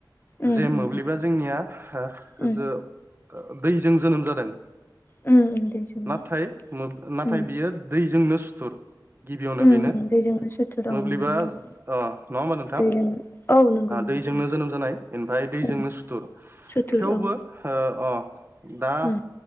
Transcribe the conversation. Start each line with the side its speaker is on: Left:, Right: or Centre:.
Left: उम
Right: जे
Left: उम
Right: मोब्लिबा जोंनिया ओ
Left: उम
Right: जो ओ दैजों जोनोम जादों
Left: उम उम दैजोंनो
Right: नाथाय नाथाय
Left: उम
Right: बियो दैजोंनो सुथुर गिबियावनो
Left: उम
Right: बेनो
Left: उम दैजोंनो सुथुर औ
Right: मोब्लिबा
Left: नंगौ नंगौ
Right: अ नङा होमबा नोंथां
Left: दैजों औ नंगौ नंगौ
Right: दैजोंनो
Left: औ
Right: जोनोम जानाय ओमफ्राय दैजोंनो
Left: उम
Right: सुथुर
Left: सुथुर
Right: थेवबो
Left: औ
Right: ओ अ दा
Left: उम